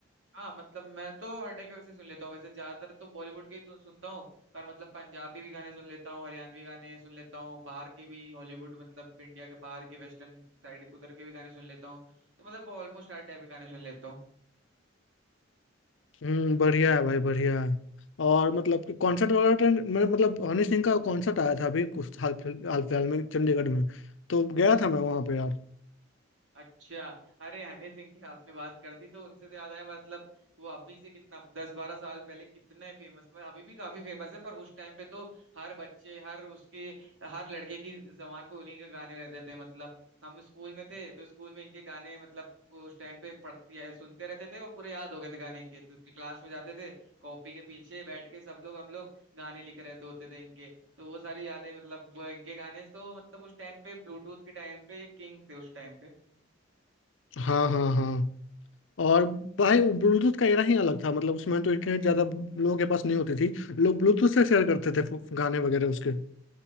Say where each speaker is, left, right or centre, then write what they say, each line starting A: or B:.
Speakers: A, on the right (about 75°); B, on the left (about 70°).
A: हाँ, मतलब मैं तो हर टाइप के वैसे सुन लेता हूँ वैसे ज्यादातर तो बॉलीवुड के ही तो सुनता हूँ पर मतलब पंजाबी भी गाने सुन लेता हूँ हरियाणवी गाने सुन लेता हूँ बाहर के भी हॉलीवुड मतलब इंडिया के बाहर के वेस्टर्न साइड उधर के भी गाने सुन लेता हूँ तो मतलब ऑलमोस्ट हर टाइप के गाने सुन लेता हूँ
B: हम्म बढ़िया है भाई बढ़िया है और मतलब कॉन्सर्ट वगैरह तो मेरा मतलब हनी सिंह का कॉन्सर्ट आया था अभी कुछ हाल फिल- हाल फिलहाल में चंडीगढ़ में तो गया था मैं वहाँ पे यार
A: अच्छा अरे हनी सिंह की आपने बात कर दी तो उनसे तो याद आया मतलब वो अभी से कितना दस बारह साल पहले कितने फेमस मतलब अभी भी काफी फेमस है पर उस टाइम पे तो हर बच्चे हर उसके हर लड़के की जबान पे उन्हीं के गाने रहते थे मतलब हम स्कूल में थे तो स्कूल में इनके गाने मतलब उस टाइम पे पढ़ते या सुनते रहते थे और पूरे याद हो गए थे गाने इनके तो क्लास में जाते थे कॉपी के पीछे बैठ के सब लोग हम लोग गाने लिख रहते होते थे इनके तो वो सारी यादें मतलब वो इनके गाने तो मतलब उस टाइम पे ब्लूटूथ के टाइम पे किंग थे उस टाइम पे
B: हाँ हाँ हाँ और भाई ब्लूटूथ का एरा ही अलग था मतलब उसमें तो इंटरनेट ज्यादा लोगों के पास नहीं होती थी लोग ब्लूटूथ से शेयर करते थे फो- गाने वगैरह उसके